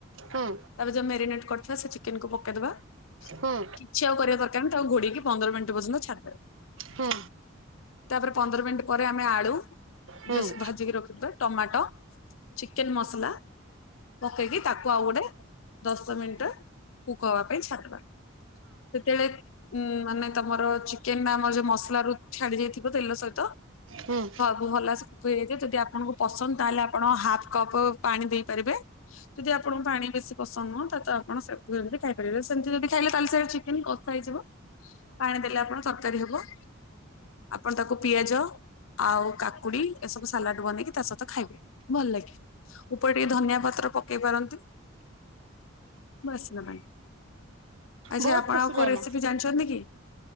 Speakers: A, on the right; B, on the left.
A: ହୁଁ
B: ତାପରେ ଯ ମ୍ୟାରିନେଟ୍ କରିଥିବା ସେ ଚିକେନକୁ ପକେଇଦବା।
A: ହୁଁ
B: କିଛି ଆଉ କରିବା ଦରକାରନି ତାକୁ ଘୋଡେକି ପନ୍ଦର ମିନଟି ପର୍ଯ୍ୟନ୍ତ ଛାଡ଼ିଦେବେ।
A: ହୁଁ।
B: ତାପରେ ପନ୍ଦର ମିନିଟ୍ ପରେ ଆମେ ଆଳୁ।
A: ହୁଁ
B: ଯଉ ସେ ଭାଜିକି ରଖିଥିବା ଟମାଟୋ ଚିକେନ ମସଲା। ପକେଇକି ତାକୁ ଆଉ ଗୋଟେ ଦଶ ମିନିଟ କୁକ ହବା ପାଇଁ ଛାଡି ଦବା। ତେତେଳେ ଉଁ ମାନେ ତମର ଚିକେନ ଟା ଆମର ଯୋଉ ମସଲାରୁ ଛାଡି ଯାଇଥିବ ତେଲ ସହିତ।
A: ହୁଁ।
B: ଭଲ ସୁଖ ହେଈଯାଇଥିବ ଯଦି ଆପଣଙ୍କୁ ପସନ୍ଦ ତାହେଲେ ଆପଣ ହାପ୍ କପ ପାଣି ଦେଇପାରିବେ। ଯଦି ଆପଣଙ୍କୁ ପାଣି ବେଶୀ ପସନ୍ଦ ନୁହଁ ତା ତ ଆପଣ <unintelligible> ଖାଇପାରିବେ ସେମିତି ଯଦି ଖାଇଲେ ତାହେଲେ ସେ ଚିକେନ୍ କ ଶାଇଯିବ ପାଣି ଦେଲେ ଆପଣ ତରକାରୀ ହବ। ଆପଣ ତାକୁ ପିଆଜ ଆଉ। କାକୁଡି ଏସବୁ ସାଲାଡ ବନେଇକି ତା ସହିତ ଖାଇବେ ଭଲ ଲାଗେ। ଉପରେ ଟିକିଏ ଧନିଆ ପତ୍ର ପକେଇ ପାରନ୍ତି ବାସ୍ନା ପାଇଁ। ଆଚ୍ଛା
A: ବହୁତ
B: ଆପଣ
A: ଖୁସି
B: ଆଉ
A: ଲାଗିଲା
B: କୋଉ ରେସିପି ଜାଣିଛନ୍ତି କି?